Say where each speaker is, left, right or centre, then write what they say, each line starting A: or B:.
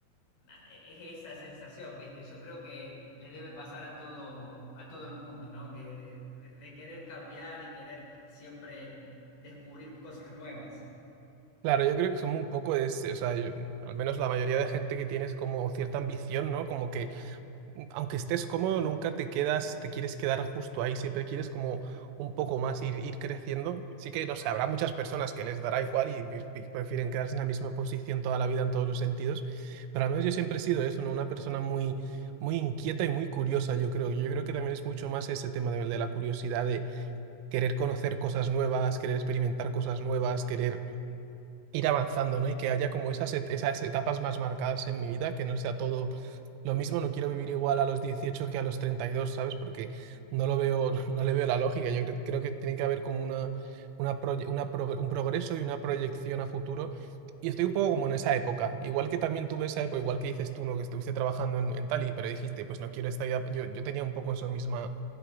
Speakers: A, on the left; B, on the right.
A: na- es esa sensación, ¿viste? Yo creo que le debe pasar a todo, a todo el mundo, ¿no? Que de, de- de querer cambiar y querer siempre descubrir cosas nuevas.
B: Claro, yo creo que somos un poco de ese, o sea, yo- al menos la mayoría de gente que tiene es como cierta ambición, ¿no? Como que mm, aunque estés cómodo, nunca te quedas, te quieres quedar justo ahí, siempre quieres como un poco más ir, ir creciendo. Sí que, no sé, habrá muchas personas que les dará igual y, y- y prefieren quedarse en la misma posición toda la vida en todos los sentidos, pero al menos yo siempre he sido eso, ¿no? Una persona muy, muy inquieta y muy curiosa, yo creo. Yo creo que también es mucho más ese tema de, de la curiosidad, de querer conocer cosas nuevas, querer experimentar cosas nuevas, querer ir avanzando, ¿no? Y que haya como esas, et- esas etapas más marcadas en mi vida, que no sea todo lo mismo, no quiero vivir igual a los 18 que a los 32, ¿sabes? Porque no lo veo, <laughs> no le veo la lógica. Yo cre- creo, que tiene que haber como una, una, proye- una prog- un progreso y una proyección a futuro. Y estoy un poco como en esa época, igual que también tuve esa época, igual que dices tú, ¿no? Que estuviste trabajando en, en Tali, pero dijiste, pues no quiero esta vida. Yo, yo tenía un poco esa misma,